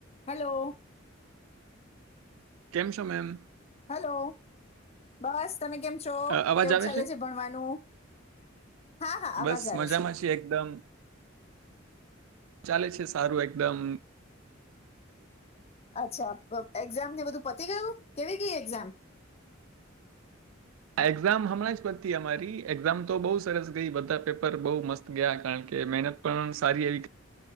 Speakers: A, on the left; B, on the right.
A: Hello
B: કેમ છો ma'am
A: hello બસ. તમે કેમ છો
B: અ અવાજ
A: કેવું
B: આવે
A: ચાલે છે ભણવાનું હા હા અવાજ
B: બસ
A: આવે
B: મજામાં
A: છે.
B: છીએ એકદમ ચાલે છે સારું એકદમ.
A: અચ્છા એક્ઝામ ને બધું પતી ગયું કેવી ગઈ એક્ઝામ?
B: એક્ઝામ હમણાં જ પતી અમારી એક્ઝામ તો બહુ સરસ ગઈ બધા પેપર બહુ મસ્ત ગયા કારણ કે મહેનત પણ સારી એવી